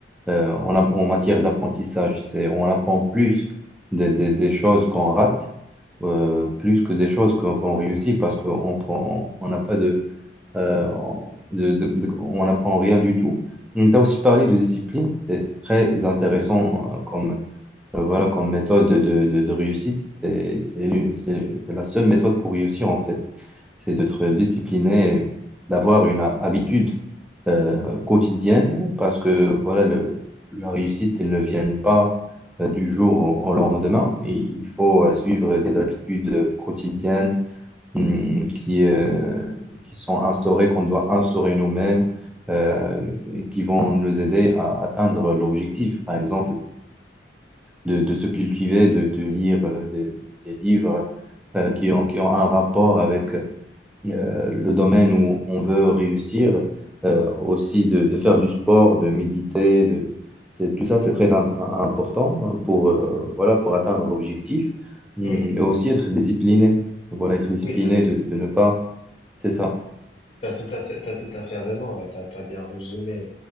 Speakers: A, in the centre; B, on the left.
A: euh, en, a- en matière d'apprentissage. C'est, on apprend plus des des- des choses qu'on rate, euh, plus que des choses qu'on qu'on réussit parce qu'on prend, on n'a pas euh, en- de- de- de- on n'apprend rien du tout. On t'a aussi parlé de discipline, c'est très intéressant euh, comme, euh, voilà, comme méthode de, de- de réussite. C'est c'est l'u- c'est- c'est la seule méthode pour réussir en fait, c'est d'être discipliné, d'avoir une ha- habitude euh, quotidienne parce que voilà, le, la réussite, elle ne vient pas euh, du jour au, au lendemain. Et il faut euh, suivre des habitudes quotidiennes hum, qui, euh, qui sont instaurés, qu'on doit instaurer nous-mêmes, euh, et qui vont nous aider à atteindre l'objectif, par exemple, de, de se cultiver, de, de lire euh, des, des livres euh, qui ont, qui ont un rapport avec euh, le domaine où on veut réussir, euh, aussi de, de faire du sport, de méditer, de... c'est- Tout ça, c'est très im- important hein, pour, euh, voilà, pour atteindre l'objectif, Hum,
B: Oui,
A: et aussi
B: oui,
A: être discipliné. Voilà, être discipliné,
B: oui, t'as
A: de de ne pas c'est ça.
B: T'as tout à fait, t'as tout à fait raison, là, t'as, t'as bien résumé